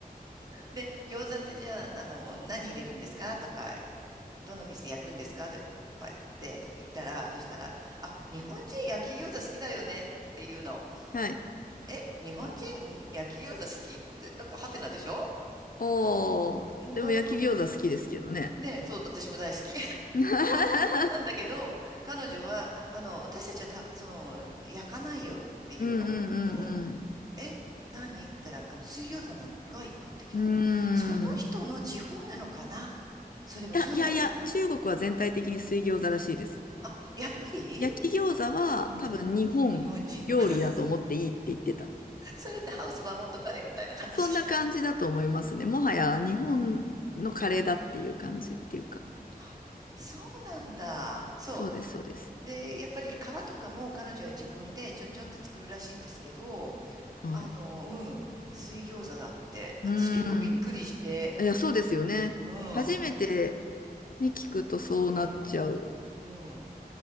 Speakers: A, on the right; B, on the left.
A: で、餃子ってじゃあ、あの、何入れるんですかとか、どんな風にして焼くんですかとか言って、言ったら、そしたら、あ、日本人焼き餃子好きだよねっていうの。
B: はい。
A: え、日本人焼き餃子好きって、なんかハテナでしょ
B: おー、
A: な、
B: でも焼き餃子好きですけどね。
A: ど、ね、そう、私も大好き。
B: <laughs>
A: なんだけど、彼女は、あの、私たちはた、その、焼かないよっていうの。
B: うんう
A: うん。
B: んうん
A: え、何って言ったら、あの、水餃子なんが一般的だ。
B: うん。うーん。
A: まあ、その人の地方なのかなそれも中国、
B: いや、いやいや、中国は全体的に水餃子らしいです。
A: あ、やっぱり
B: 焼き餃子は多分日本料理だと思っていいって言ってた。
A: うん。日本人。<laughs> それってハウスバーモントカレーみたいな話。
B: そんな感じだと思いますね。もはや日本のカレーだっていう感じっていうか。
A: <laughs> うん。あ、そうなんだ。そ
B: そうです、そうです。
A: う。で、やっぱり皮とかも彼女は自分でちょんちょんって作るらしいんですけど、
B: はい。
A: あの、うん。水餃子だって。
B: うーん。
A: 私結構びっくりして、
B: いや、そうですよね。
A: うん、
B: 初めて
A: う
B: ね、聞くとそうなっちゃう。
A: ん、うん。